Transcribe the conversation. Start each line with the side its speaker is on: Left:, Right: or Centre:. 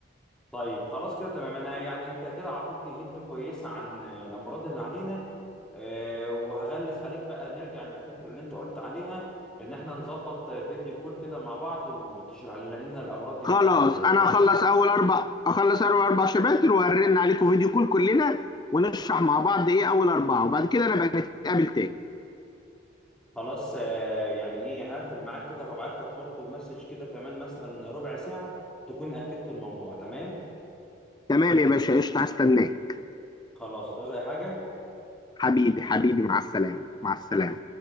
Centre: طيب خلاص كده تمام أنا يعني أنت كده عطتني هنت كويسة عن الأمراض اللي علينا آه وهغلس عليك بقى نرجع للفكرة اللي أنت قلت عليها إن إحنا نظبط فيديو كول كده مع بعض وتشرح لنا الأمراض دي
Left: خلاص
Centre: ماشية إزاي
Left: انا
Centre: ماشي
Left: هخلص اول اربع اخلص اول اربع شباتر وهرن عليكم فيديو كول كلنا ونشرح مع بعض ايه اول اربعه وبعد كده انا بقى نتقابل تاني
Centre: خلاص آه، يعني ايه هقفل معاك كده وهبعت لك برضو مسج كده كمان مثلا ربع ساعة تكون اكدت الموضوع تمام
Left: تمام يا باشا قشطه هستناك
Centre: خلاص هتعوز اي حاجة
Left: حبيبي حبيبي مع السلامه مع السلامه